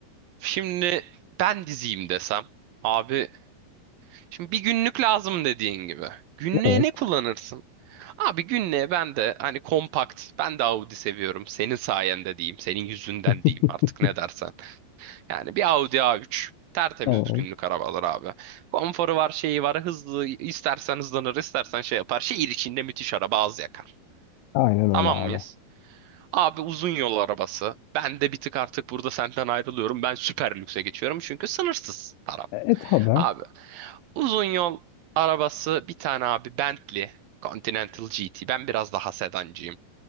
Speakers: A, on the right (about 70°); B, on the left (about 85°).
A: Şimdi ben diziyim desem. Abi şimdi bir günlük lazım dediğin gibi. Günlüğe
B: Evet.
A: ne kullanırsın? Abi günlüğe ben de hani kompakt. Ben de Audi seviyorum. Senin sayende diyeyim. Senin yüzünden
B: <laughs>
A: diyeyim artık ne dersen. Yani bir Audi A3. Tertemiz
B: Tamam.
A: günlük arabalar abi. Konforu var, şeyi var, hızlı. İstersen hızlanır, istersen şey yapar. Şehir içinde müthiş araba az yakar.
B: Aynen
A: Tamam
B: öyle abi.
A: mıyız? Abi uzun yol arabası. Ben de bir tık artık burada senden ayrılıyorum. Ben süper lükse geçiyorum çünkü sınırsız param.
B: E, e tabi.
A: Abi uzun yol arabası bir tane abi Bentley Continental GT. Ben biraz daha sedancıyım.